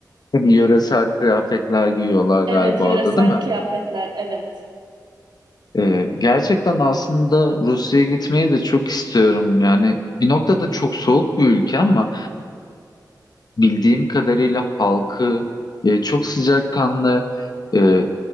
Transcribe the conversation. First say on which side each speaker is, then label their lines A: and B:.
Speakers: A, on the left; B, on the right.
A: tabii yöresel kıyafetler giyiyorlar galiba
B: Evet, yöresel
A: orada değil mi?
B: kıyafetler, evet.
A: E, gerçekten aslında Rusya'ya gitmeyi de çok istiyorum. Yani bir noktada çok soğuk bir ülke ama bildiğim kadarıyla halkı e, çok sıcakkanlı, e,